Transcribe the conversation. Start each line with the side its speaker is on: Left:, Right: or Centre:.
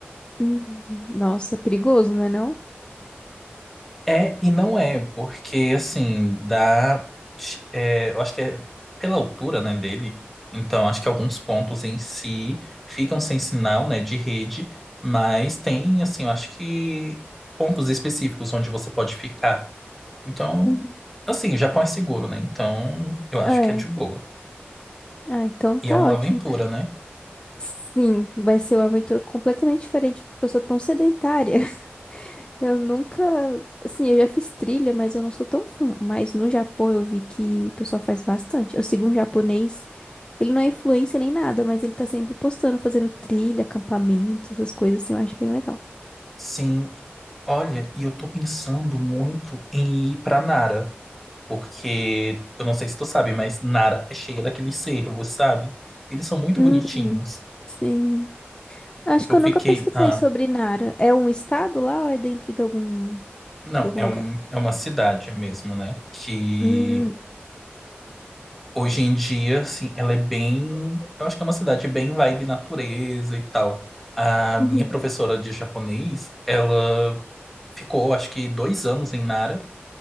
Left: Uhum. Nossa, perigoso, não é não?
Centre: É e não é, porque assim, dá. é, eu acho que é pela altura, né, dele. Então, acho que alguns pontos em si ficam sem sinal, né, de rede, mas tem, assim, eu acho que pontos específicos onde você pode ficar. Então,
Left: Uhum.
Centre: assim, o Japão é seguro, né? Então, eu acho
Left: É.
Centre: que é de boa.
Left: Ah, então tá
Centre: E é uma
Left: ótimo.
Centre: aventura, né?
Left: Sim, vai ser uma aventura completamente diferente, porque eu sou tão sedentária. Eu nunca, assim, eu já fiz trilha, mas eu não sou tão fã. Mas no Japão eu vi que o pessoal faz bastante. Eu sigo um japonês, ele não é influencer nem nada, mas ele tá sempre postando, fazendo trilha, acampamento, essas coisas assim, eu acho bem legal.
Centre: Sim. Olha, e eu tô pensando muito em ir pra Nara, porque eu não sei se tu sabe, mas Nara é cheia daqueles cervos, sabe? Eles são muito
Left: Hum,
Centre: bonitinhos.
Left: sim. Acho que
Centre: Eu
Left: eu nunca
Centre: fiquei,
Left: pesquisei
Centre: ah,
Left: sobre Nara. É um estado lá ou é dentro de algum
Centre: não,
Left: de algum
Centre: é
Left: lugar?
Centre: um, é uma cidade mesmo, né? Que
Left: Hum.
Centre: hoje em dia, assim, ela é bem, eu acho que é uma cidade bem vibe natureza e tal. A
Left: Uhum.
Centre: minha professora de japonês, ela ficou acho que dois anos em Nara